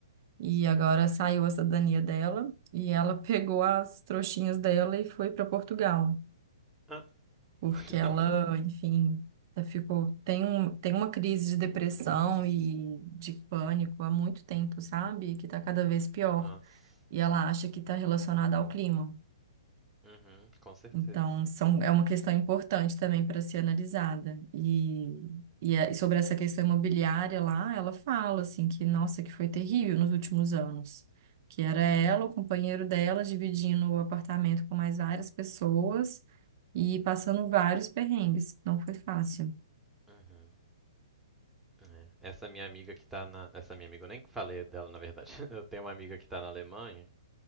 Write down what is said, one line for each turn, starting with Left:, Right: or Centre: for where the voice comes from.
Right: E agora saiu a cidadania dela e ela <laughs> pegou as trouxinhas dela e foi para Portugal.
Centre: Ah.
Right: Porque
Centre: <laughs>
Right: ela, enfim, ela ficou. Tem, um, tem uma crise de depressão e de pânico há muito tempo, sabe? Que tá cada vez pior.
Centre: Nossa.
Right: e ela acha que está relacionada ao clima.
Centre: Uhum, com certeza.
Right: Então, são, é uma questão importante também para ser analisada. E, e é- e sobre essa questão imobiliária lá, ela fala assim que, nossa, que foi terrível nos últimos anos, que era ela, o companheiro dela, dividindo o apartamento com mais várias pessoas e passando vários perrengues. Não foi fácil.
Centre: Uhum. É. Essa minha amiga que tá na. Essa minha amiga, eu nem falei dela, na verdade. <laughs> Eu tenho uma amiga que tá na Alemanha